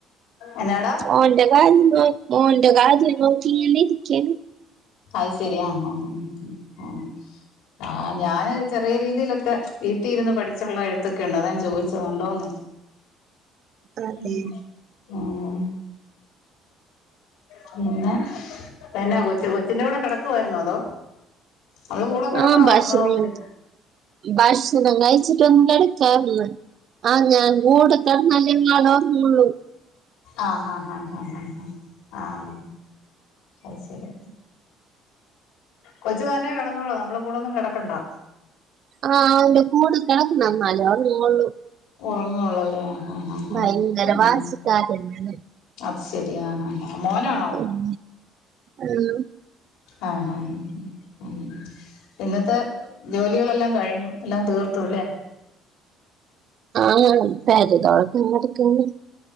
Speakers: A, on the left; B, on the right.
A: എന്നാടാ
B: മോന്റെ കാര്യം നോ മോന്റെ കാര്യം നോക്കി ഇങ്ങനെ ഇരിക്കാണ്
A: അയ്ശരി ആഹ് ആഹ് ആഹ് ഉം ഉം ആഹ് ആഹ് ഞാന് ചെറിയ രീതിയിലൊക്കെ വീട്ടീ ഇരുന്ന് പഠിച്ചുള്ള എഴുത്തൊക്കെ ഉണ്ട് അതാ ഞാൻ ചോദിച്ചതുണ്ടോന്ന്
B: അതെ
A: ഉം ഉം പിന്നെ തന്നാ കൊച്ച് കൊച്ചിന്റെ കൂടെ കടക്കുവാരുന്നോ അതോ അവളെ കൂടെ കടക്കണോ
B: ആഹ് ഭക്ഷണം
A: ഒറങ്ങണോങ്കില്
B: ഭക്ഷണം കഴിച്ചിട്ട് ഒന്ന് കെട ക്കാള്ളേ ആഹ് ഞാൻ കൂടെ കടന്നാലേ ഇയാള് ഒറങ്ങുള്ളു
A: ആഹ് ഹാ ഹാ ഹാ ഹാ ആഹ് അത് ശരി കൊച്ചു തന്നെ കെടന്നോളു നമ്മളെ കൂടൊന്നും കടക്കണ്ടാ
B: ആഹ് അവന്റെ കൂടെ കടക്കണം എന്നാലേ ഒറങ്ങോള്ളൂ
A: ഒറങ്ങൊള്ളലേ ആഹ് ആഹ് ആഹ്
B: ഭയങ്കര
A: ഉം
B: വാശിക്കാരനാണ്
A: അത് ശരി ആഹ് ആഹ് ആഹ് മോനാ
B: ഉം ആഹ്
A: ആഹ് ആഹ് ആഹ് ആഹ് ഉം ഇന്നത്തെ ജോലികളല്ലാം കഴിഞ്ഞു എല്ലാം തീർത്തു ലേ
B: ആഹ് പെര തൊടക്കാൻ കെടക്കാണ്